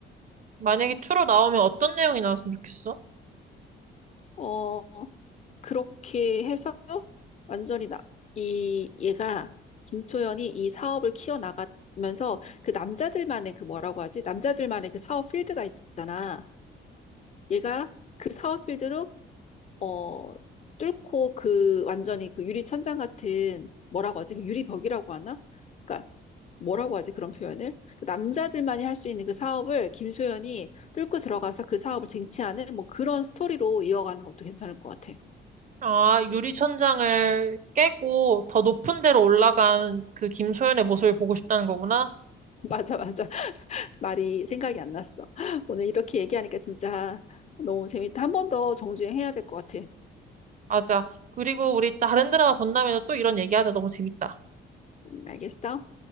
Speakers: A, on the right; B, on the left.
A: 만약에 2로 나오면 어떤 내용이 나왔으면 좋겠어?
B: 어, 그렇게 해서 완전히 나, 이, 얘가, 김소연이 이 사업을 키워나가면서 그 남자들만의 그 뭐라고 하지? 남자들만의 그 사업 필드가 있잖아. 얘가 그 사업 필드로, 어, 뚫고 그 완전히 그 유리천장 같은 뭐라고 하지? 그 유리벽이라고 하나? 그러니까 뭐라고 하지? 그런 표현을? 그 남자들만이 할 수 있는 그 사업을 김소연이 뚫고 들어가서 그 사업을 쟁취하는 뭐 그런 스토리로 이어가는 것도 괜찮을 것 같아. <laughs>
A: 아, 유리천장을 깨고 더 높은 데로 올라간 그 김소연의 모습을 보고 싶다는 거구나.
B: 맞아, 맞아. 말이 생각이 안 났어. <laughs> 오늘 이렇게 얘기하니까 진짜 너무 재밌다. 한 번 더 정주행 해야 될 것 같아.
A: 맞아. 그리고 우리 다른 드라마 본다면 또 이런 얘기하자. 너무 재밌다.
B: 음, 알겠어?